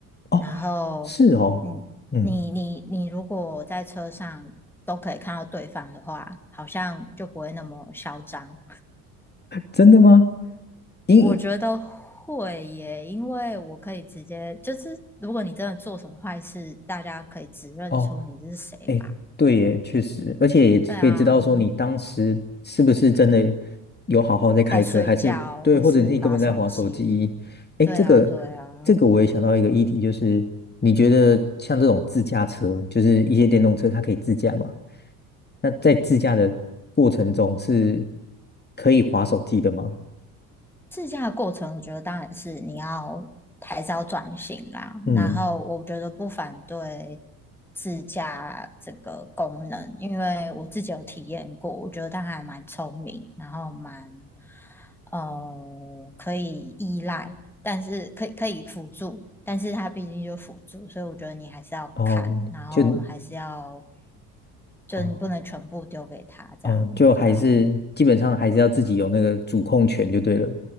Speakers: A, on the left; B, in the centre.
A: 哦，
B: 然后，
A: 是哦。
B: 嗯，
A: 嗯。
B: 你你你如果在车上都可以看到对方的话，好像就不会那么嚣张。
A: 真的吗？因
B: 我觉得会耶，因为我可以直接，就是如果你真的做什么坏事，大家可以指认出你是谁吧。
A: 哦，哎，对耶，确实，而且也可以知道说你当时是不是真的
B: 对啊，
A: 有好好在开车，
B: 在睡觉或是划手机。
A: 还是对，或者是你根本在划手机。哎，
B: 对啊，
A: 这个这个我也想到一个议题，
B: 对啊。
A: 就是你觉得像这种自驾车，就是一些电动车，它可以自驾吗？那在自驾的过程中是可以划手机的吗？
B: 自驾的过程，我觉得当然是你要还是要转型啦。
A: 嗯，
B: 然后我觉得不反对自驾这个功能，因为我自己有体验过，我觉得它还蛮聪明，然后蛮呃可以依赖，但是可以可以辅助，但是它毕竟就辅助，所以我觉得你还是要看，
A: 哦，
B: 然后还是要
A: 就
B: 就是你不能全部丢给他这样，
A: 哦。哦，就还是基本上还是要自己有那个主控权就对了。
B: 对啊，